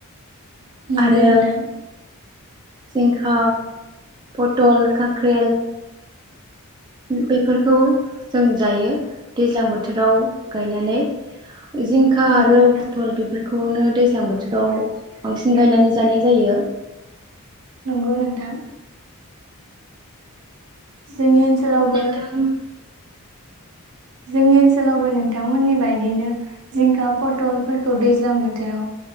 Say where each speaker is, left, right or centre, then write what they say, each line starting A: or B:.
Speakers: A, on the right; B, on the right.
A: नंगौ
B: आरो
A: नोंथां
B: जिंखा, पथल, खांख्रेल बेफोरखौ जों जायो दैज्लां बोथोराव गायनानै। जिंखा
A: नंगौ
B: आरो
A: नोंथां
B: पथल बेफोर खौनो दैज्लां बोथोराव बांसिन गायनानै जानाय जायो।
A: नंगौ नोंथां। जोंनि ओनसोलावबो
B: नोंथां
A: जोंनि ओनसोलावबो नोंथांमोननि बायदियैनो जिंखा पथलफोरखौ दैज्लां बोथोराव